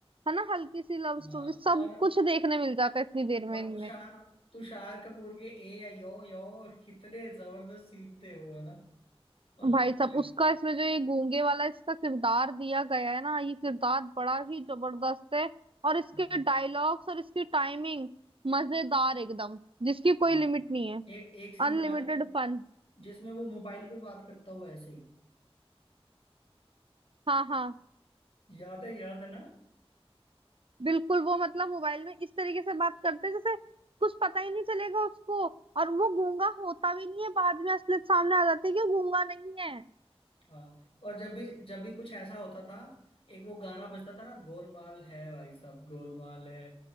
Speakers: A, on the right; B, on the left.
A: है ना हल्की सी लव
B: हाँ
A: स्टोरी सब
B: और
A: कुछ देखने मिल जाता है इतनी देर
B: और
A: में इनमें
B: तुषार तुषार कपूर के ए या यो यो कितने जबरदस्त सीन थे वो है ना मतलब
A: भाई
B: कि-
A: साहब उसका इसमें जो ये गूंगे वाला इसका किरदार दिया गया है ना ये किरदार बड़ा ही जबरदस्त है और
B: हाँ
A: इसके डायलॉग्स और इसकी टाइमिंग मजेदार एकदम जिसकी कोई
B: हाँ।
A: लिमिट नहीं है
B: एक एक सीन
A: Unlimited
B: याद है
A: fun
B: जिसमें वो मोबाइल पे बात करता हुआ ऐसे
A: हाँ हाँ
B: याद है याद है ना
A: बिल्कुल वो मतलब मोबाइल में इस तरीके से बात करते हैं जैसे कुछ पता ही नहीं चलेगा उसको और वो गूंगा होता भी नहीं है बाद में असलियत सामने आ जाती है कि वो गूंगा नहीं है
B: हाँ और जब भी जब भी कुछ ऐसा होता था एक वो गाना बजता था ना गोलमाल है भाई साहब गोलमाल है